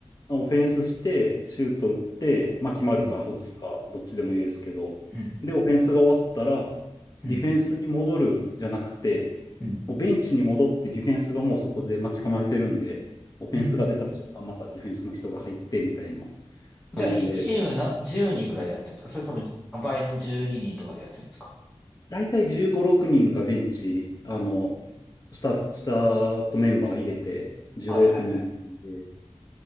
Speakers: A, on the left; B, in the centre.
A: オフェンスして、シュート打って、まあ、決まるか外すか、
B: うん。
A: どっちでもいいですけど、
B: うん。
A: で、オフェンスが終わったら、
B: うん。
A: ディフェンスに戻るじゃなくて、
B: うん。
A: もうベンチに戻ってディフェンスがもうそこで待ち構えてるんで、オフェンスが出た瞬間、
B: うん。うん
A: またディフェンスの人が入ってみたいな感じで、
B: じゃあ、1チームな10人ぐらいでやってるんですかそれともあ倍の12人とかでやってるんですか
A: 大体15、6人がベンチ、あの、スタ、スタートメンバー入れて15、
B: はいはいは
A: 6人で、